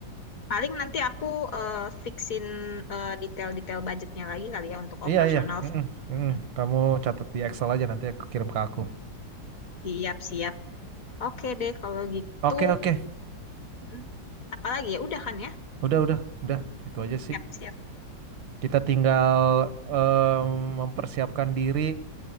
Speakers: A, on the left; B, on the right.
A: Paling nanti aku eh, fixin eh, detail-detail budgetnya lagi kali ya untuk
B: Iya
A: operasional.
B: iya. Mm-mm, mm-mm.
A: Mm-mm.
B: Kamu catat di Excel aja nanti aku kirim ke aku.
A: Siap-siap. Oke deh, kalau gitu.
B: Oke oke.
A: Mm-mm. Apa lagi ya? Udah kan ya?
B: Udah udah udah. Itu aja sih.
A: Siap-siap.
B: Kita tinggal em, mempersiapkan diri